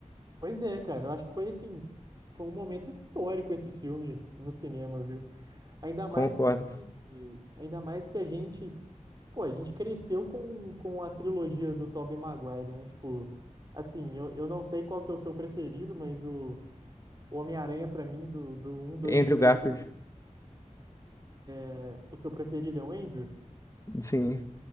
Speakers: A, on the right (about 30°); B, on the left (about 25°).
A: Pois é, cara. Eu acho que foi assim. Foi um momento histórico esse filme no cinema, viu? Ainda mais
B: Concordo.
A: que. Ainda mais que a gente. Pô, a gente cresceu com, com a trilogia do Tobey Maguire, né? Tipo, assim, eu, eu não sei qual que é o seu preferido, mas o. O Homem-Aranha, pra mim, do, do um 2
B: Andrew
A: e 3
B: Garfield,
A: assim, é- o seu preferido é o Andrew?
B: sim.